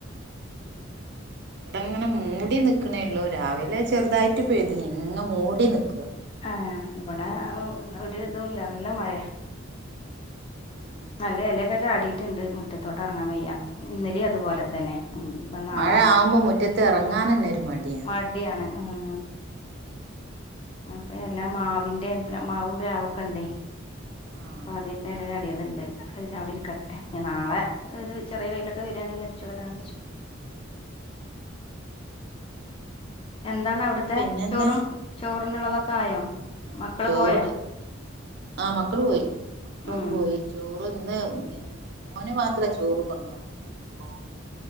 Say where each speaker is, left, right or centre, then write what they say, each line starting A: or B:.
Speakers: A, on the left; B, on the right.
A: <inaudible>
B: ടെങ്ങനെ മൂടി നിക്ക്ണേള്ളൂ. രാവിലെ ചെറ്തായിട്ട് പെയ്തിനി. ഇങ്ങ മൂടി നിക്കാ.
A: ഏഹ്. ഇബടെ ഒ ഒര്തുല്ല നല്ല മഴയാ.
B: ആഹ്
A: നല്ല എലെക്കെ ചാടീട്ട്ണ്ട് മുറ്റത്തോട്ട് എറങ്ങാൻ വയ്യ. ഇന്നലി അ തുപോലെ
B: ഉം
A: തന്നെ ഉം ഇപ്പ നാളെ
B: മഴ
A: നോ
B: ആവുമ്പോ മുറ്റത്ത് ഇറങ്ങാൻ തന്നെ ഒരു മടിയാ
A: മ ടിയാണ് ഉം അപ്പ എല മാവിന്റേം പിന്നെ മാവും പ്ലാവൊക്കെ
B: ഉം
A: ണ്ടേയ്
B: ആഹ്
A: അപ്പം അതിന്റെല ചാടിയത് ണ്ട് അത് അവിടെ ഇരിക്കട്ടേ
B: ഉം
A: ഞ്ഞി നാളെ ഒരു ചെറിയ വെയിലൊക്കെ വരാണെങ്കി അടിച്ച് വാരാന്ന് വെച്ചു
B: ഉം
A: എന്താണ് അവിട്ത്തെ
B: പിന്നെന്താ
A: ചോറും ചോറിനുള്ളതൊക്കെ ആയോ
B: ആഹ്
A: മക്കള്
B: ചോറൊര്,
A: പോയോ
B: ആഹ് മക്കള് പോയി. മക്കളൊക്കെ
A: ഉം
B: പോയി. ചോ റ് ന്ന് പിന്നെ മോന് മാത്രേ ചോറ് കൊണ്ടോണ് <inaudible>